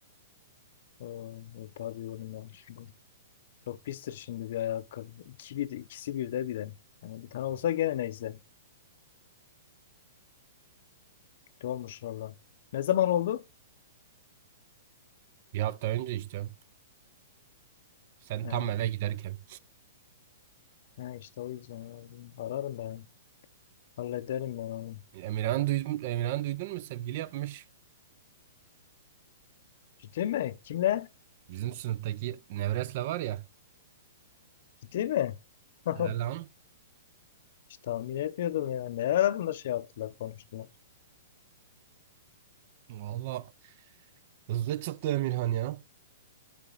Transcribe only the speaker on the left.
Ha, e, tabii oğlum ya şimdi. Çok pistir şimdi bir ayakkabı. İki bir, ikisi bir de bir de. Yani bir tane olsa gene neyse. Kötü olmuş valla. Ne zaman oldu?
Ha,
ha işte o yüzden aradım. ararım ben. Hallederim ben onu.
Ciddi mi? Kimle?
Ciddi mi? <laughs>
Hiç tahmin etmiyordum ya. Ne ara bunlar şey yaptılar, konuştular.